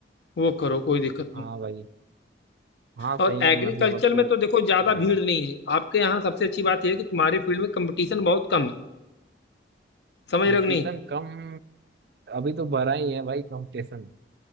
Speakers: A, on the left; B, on the right.
A: हो वो करो कोई दिक्कत
B: हाँ
A: नहीं
B: भाई हाँ सही
A: और एग्रीकल्चर
B: है मतलब अब तो
A: में तो देखो ज्यादा
B: लग
A: भीड़
B: रहा
A: नहीं है आपके यहाँ सबसे अच्छी बात यह है कि तुम्हारे फील्ड में कंपटीशन बहुत कम है समझ
B: कंपटीशन
A: रहे हो कि नहीं
B: कम अभी तो बढ़ा ही है भाई कंपटीशन